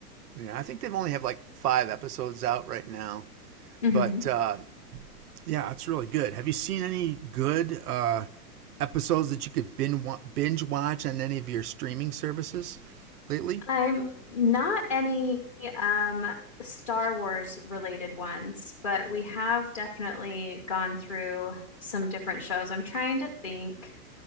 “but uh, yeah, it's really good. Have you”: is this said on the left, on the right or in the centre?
Right